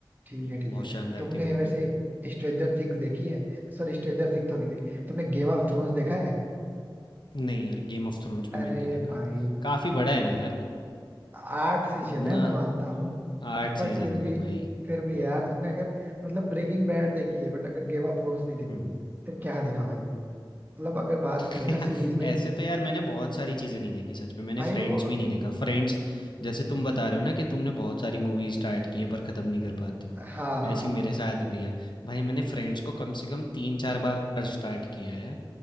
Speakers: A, on the right (about 20°); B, on the left (about 70°).
A: ठीक है ठीक
B: बहुत
A: है
B: शानदार
A: तुमने
B: थी वो
A: वैसे
B: भी
A: स्ट्रेंजर थिंग्स देखी है सॉरी स्ट्रेंजर थिंग तो नहीं देखी तुमने गेम ऑफ थ्रोन्स देखा है
B: नहीं यार गेम ऑफ थ्रोन्स भी
A: अरे
B: मैंने नहीं देखा
A: भाई
B: काफी बड़ा है ना यार वो
A: आठ सीजन
B: उतना
A: है मैं मानता हूँ
B: आठ सीजन
A: बट फिर
B: है
A: भी
B: भाई
A: फिर भी यार तुमने अगर मतलब ब्रेकिंग बैड देखी है बट अगर गेम ऑफ थ्रोन्स नहीं देखी
B: हम्म
A: फिर क्या देखा भाई मतलब अगर बात
B: <laughs>
A: करें ना सीरीज में
B: ऐसे तो यार मैंने बहुत सारी चीज़ें नहीं देखी सच में मैंने
A: भाई
B: फ्रेंड्स
A: वो
B: भी नहीं देखा फ्रेंड्स जैसे तुम बता रहे हो ना कि तुमने बहुत सारी मूवीज स्टार्ट की हैं पर ख़त्म नहीं कर पाते हो
A: हाँ हाँ
B: ऐसी मेरे साथ भी है भाई मैंने फ्रेंड्स को कम से कम तीन चार बार स्टार्ट किया है